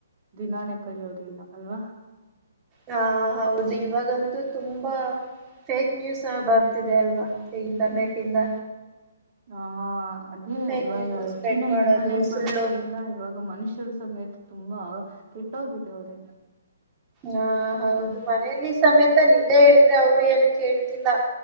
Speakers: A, on the right; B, on the right.
A: ದಿನಾನೇ ಕಳಿಯೋದಿಲ್ಲ ಅಲ್ವ.
B: ಹಾ ಹೌದು ಇವಾಗಂತೂ ತುಂಬಾ ಫೇಕ್ ನ್ಯೂಸ್ ಬರ್ತಿದೆ ಅಲ್ವಾ ಇಂಟರ್ನೆಟ್ ಇಂದ
A: ಹ ಅದೇ
B: ಫೇಕ್
A: ಇವಾಗ
B: ನ್ಯೂಸ್
A: ಹೆಚ್ಚಿನ
B: ಸ್ಪ್ರೆಡ್ ಮಾಡೋದು
A: ಇಂಟರ್ನೆಟ್
B: ಸುಳ್ಳು
A: ಬಳಕೆಯಿಂದ ಇವಾಗ ಮನುಷ್ಯರು ಸಮೇತ ತುಂಬಾ ಕೆಟ್ಟೋಗ್ಬಿಟ್ಟು ಅವ್ರೆ.
B: ಹಾ ಹೌದು ಮನೇಲಿ ಸಮೇತ ನಿಜ ಹೇಳಿದ್ರೆ ಅವ್ರು ಏನು ಕೇಳ್ತಿಲ್ಲ.